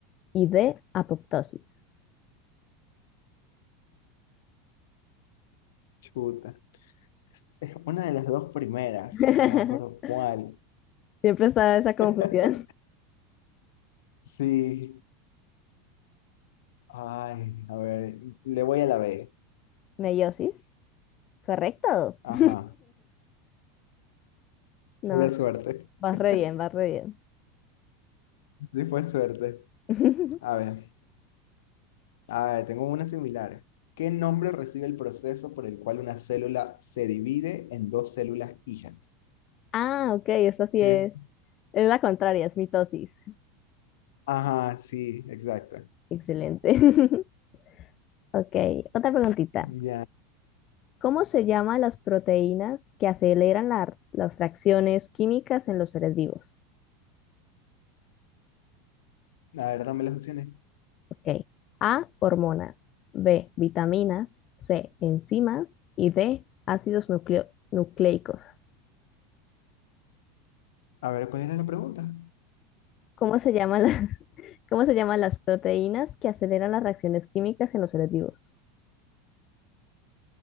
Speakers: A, on the left; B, on the left.
A: y D, apoptosis.
B: Chuta. Es una de las dos primeras,
A: <laughs>
B: no me acuerdo cuál.
A: Siempre está esa confusión.
B: <laughs> Sí, Ay, a ver, le voy a la B.
A: Meiosis, correcto.
B: Ajá,
A: <laughs> No,
B: pura
A: no,
B: suerte.
A: vas
B: <laughs>
A: re bien, vas re bien.
B: Sí fue suerte.
A: <laughs>
B: A ver, a ver, tengo una similar. ¿Qué nombre recibe el proceso por el cual una célula se divide en dos células hijas?
A: Ah, ok, eso sí
B: ¿Quieres?
A: es. Es la contraria, es mitosis.
B: Ajá, sí, exacto.
A: Excelente. <laughs> Ok, otra preguntita.
B: Ya.
A: ¿Cómo se llaman las proteínas que aceleran las, las reacciones químicas en los seres vivos?
B: A ver, dame las opciones.
A: Ok. A, hormonas. B, vitaminas. C, enzimas. Y D, ácidos nucleo- nucleicos.
B: A ver, ¿cuál era la pregunta?
A: ¿Cómo se llaman la- <laughs> cómo se llaman las proteínas que aceleran las reacciones químicas en los seres vivos?